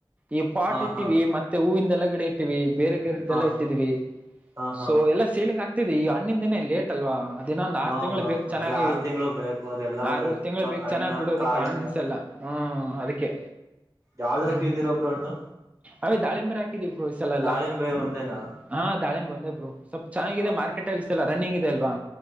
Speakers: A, on the right (about 15°); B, on the right (about 40°).
A: ಈ ಪಾಟ್
B: ಹಾ
A: ಇಟ್ಟಿವಿ
B: ಹಾ
A: ಮತ್ತೆ ಹೂವಿಂದೆಲ್ಲಗಡೆ ಇಟ್ಟಿವಿ ಬೇರೆಗೇರೆ್ದೆಲ್ಲಾ
B: ಹಾ
A: ಇಟ್ಟಿದೀವಿ
B: ಹಾ ಹಾ
A: ಸೊ ಎಲ್ಲಾ ಸೇಲಿಂಗ್ ಆಗ್ತಿದೆ ಈ ಹ್ಣಿನ ದಿನೇ ಲೇಟ್ ಅಲ್ವಾ ದಿನ ಒಂದ್
B: ಹಾ
A: ಆರು ತಿಂಳ
B: ಬ್ರೋ
A: ಬೇಕಕ್ ಚೆನ್ನಾಗಿ
B: ಅದೇ ಆರು ತಿಂಗಳು ಬೇಕು ಅದೆಲ್ಲ
A: ಆರು ತಿಂಳ ಬೇಕಕ್
B: ಹಣ್ಣ
A: ಚೆನ್ನಾಗ್ ಬಿಡೋದ
B: ಕಾಯಿಂದ
A: ಕಾಣಸಲ್ಲ ಹ್ಮ ಅದಕ್ಕೆ
B: ಯಾವ್ದ
A: ಹ್ಮ್
B: ಹಾಕಿದಿರೊಬ್ರು ಹಣ್ಣು
A: ಅವೇ ದಾಳಿಂಬರ ಹಾಕಿದೀವಿ ಬೋ ಈಸಲ ಎಲ್ಲಾ
B: ದಾಳಿಂಬೆ ಒಂದೇನಾ
A: ಹಾ ದಾಳಿಂಬ ಸ್ವಲ್ಪ್ ಚೆನ್ನಾಗಿದೆ
B: ಹ ಹ
A: ಮಾರ್ಕೆಟ್ ಅಲ್ಲಿ ಇಲ್ಲ ರನ್ನಿಂಗ್ ಇದೆ ಅಲ್ವಾ